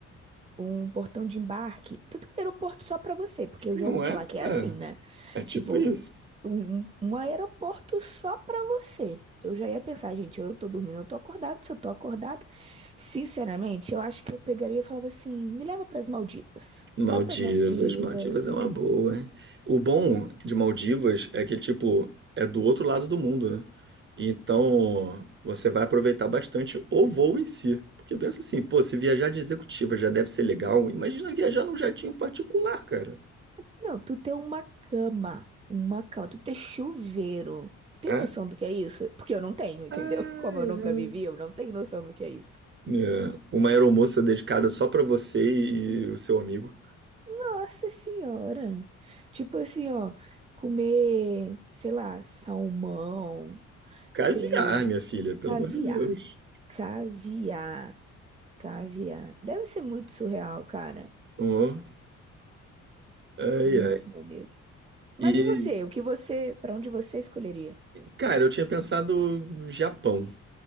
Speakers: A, on the right; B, on the right.
A: um portão de embarque. Então tem um aeroporto só pra você, porque eu
B: Não
A: já ouvi
B: é?
A: falar que é
B: É,
A: assim, né?
B: é tipo
A: Tipo,
B: isso.
A: um, um um aeroporto só pra você. Eu já ia pensar, gente, eu tô dormindo, eu tô acordado. Se eu tô acordado, sinceramente, eu acho que eu pegaria e falava assim: me leva pras Maldivas.
B: Maldivas,
A: Me leva pras Maldivas.
B: Maldivas é uma boa, hein? O bom de Maldivas é que, tipo, é do outro lado do mundo, né? Então, você vai aproveitar bastante o voo em si. Porque pensa assim, pô, se viajar de executiva já deve ser legal, imagina viajar num jatinho particular, cara.
A: Não, tu ter uma cama. Uma cama, tu ter chuveiro. Tem
B: É?
A: noção do que é isso? Porque eu não tenho, entendeu?
B: Ai,
A: <laughs> Como eu nunca
B: ai.
A: vivi, eu não tenho noção do que é isso.
B: É, uma aeromoça dedicada só pra você e o seu amigo.
A: Nossa senhora. Tipo assim, ó, comer, sei lá, salmão,
B: Caviar,
A: ter
B: minha filha, pelo
A: caviar,
B: amor de Deus.
A: caviar, caviar. Deve ser muito surreal, cara.
B: Ó, ai,
A: Muito
B: ai.
A: maneiro. Mas
B: E,
A: e você? O que você, Pra onde você escolheria?
B: cara, eu tinha pensado no Japão.